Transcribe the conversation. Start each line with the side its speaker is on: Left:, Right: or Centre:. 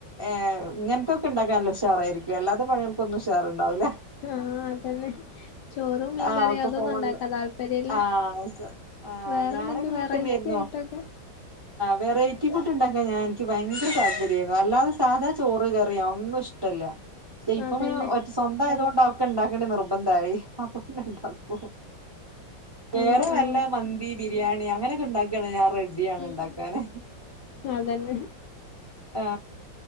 Right: ഏഹ ഇങ്ങനത്തെൊ ഒക്കെ ഉണ്ടാക്കാനല്ല ഷാർായിരിക്കും അല്ലാത്ത പണികൾക്കൊന്നും ഷാർണ്ടാവൂല്ലേ
Left: ആഹ അതന്നെ ചോറും മീൻകറിയും
Right: ആഹ് ഒക്കെ
Left: അതൊന്നും
Right: ഫോണില്
Left: ഉണ്ടാക്കാ താല്പര്യം ഇല്ല
Right: ആഹ് ആഹ്
Left: വേറെ
Right: ഞാനൊക്കെ
Left: എന്തെങ്കിലും
Right: ഇങ്ങനെ
Left: വെറൈറ്റി
Right: തന്നെയായിരുന്നു
Left: ആയി ട്ടക
Right: വെറൈറ്റി ഫുഡ് ഉണ്ടാക്ക ഞാൻ എനിക്ക് ഭയങ്കര താല്പര്യ ആായിരുന്നു അല്ലാതെ സാധാ ചോറ് കറിയാ ഒന്നും ഇഷ്ടമല്ല പക്ഷെ ഇപ്പങ്ങനെ
Left: അതന്നെ
Right: ഒറ്റ സ്വന്തായത് കൊണ്ട് അതൊക്കെ ഉണ്ടാക്കേണ്ടത് നിർബന്ധായി അവട്ന്ന്ണ്ടാക്കും വേറെ
Left: ആഹ്
Right: വല്ല
Left: ആഹ്
Right: മന്തി ബിരി ബിരിയാണി അങ്ങനെക്കെ ഇണ്ടാക്കാണെ ഞാൻ റെഡ്ഡിയാണ് ഇണ്ടാക്കാന്
Left: ഉം അതന്നെ
Right: ആ